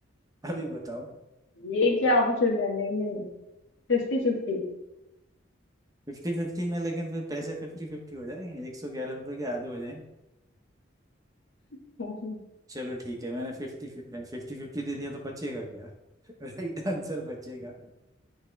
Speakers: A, on the right (about 20°); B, on the left (about 85°).
A: अभी बताओ
B: ये क्या ऑप्शन है नहीं नहीं फिफ्टी फिफ्टी
A: फिफ्टी फिफ्टी में लेकिन फिर पैसे फिफ्टी फिफ्टी हो जाएंगे एक सौ ग्यारह रुपए के आधे हो जाएंगे
B: <laughs>
A: चलो ठीक है मैंने फिफ्टी फिफ्टी फिफ्टी दे दिया तो बचेगा क्या <laughs> राइट आंसर बचेगा